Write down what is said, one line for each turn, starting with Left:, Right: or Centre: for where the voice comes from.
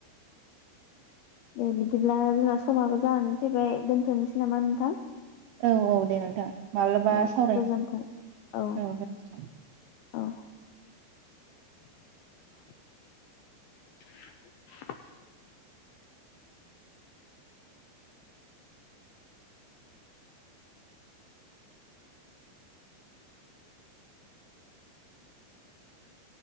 Left: दे बिदिब्ला जोंना समाबो जानानै फैबाय दोनथनोसै नामा नोंथां।
Right: औ औ दे नोंथां माब्लाबा
Left: औ
Right: सावरायनोसै
Left: गोजोन्थों औ
Right: औै।
Left: औ